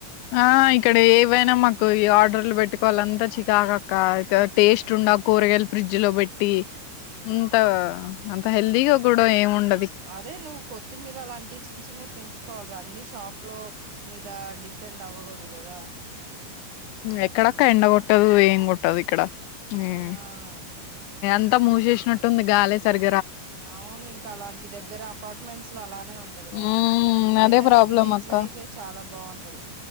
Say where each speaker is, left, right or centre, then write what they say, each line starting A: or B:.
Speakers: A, on the left; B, on the right.
A: ఆ ఇక్కడ ఏవైనా మాకు ఆర్డర్లు పెట్టుకోవాలి అంతా చికాకక్క టేస్ట్ ఉండ కూరగాయలు ఫ్రిడ్జ్ లో పెట్టి అంత అంత హెల్దీగా కూడా ఏమిండ
B: అరే నువ్వు కొత్తిమీర అలాంటివి చిన్న చిన్నవి పెంచుకోవాల రం షాప్ లో మీద డిపెండ్ అవ్వకూడదు కదా
A: ఎక్కడక్క ఎండ కొట్టదు ఏం కొట్టదు ఇక్కడ హ్మ్మ్
B: ఆ
A: ంత మూవ చేసినట్టుంది గాాల సరికి
B: అవును ఇంకా అలాంటి దగ్గర అపార్ట్మెంట్స్ లో అలానే ఉంటదిరా
A: ఉమ్
B: ఏదైనా
A: అదే ప్రాబ్లం
B: విలేజ్
A: అక్క
B: లైఫే చాలా బాగుంటది